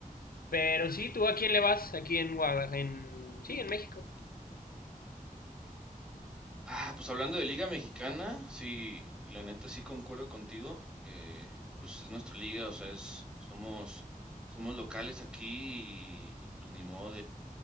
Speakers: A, on the left (about 80°); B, in the centre.
A: Pero sí, ¿tú a quién le vas? Aquí en Guadalajara, en... sí, en México.
B: Ah, pues hablando de liga mexicana, sí, y la neta sí concuerdo contigo, eh, pues es nuestra liga, o sea, es, somos, somos locales aquí y, y pues ni modo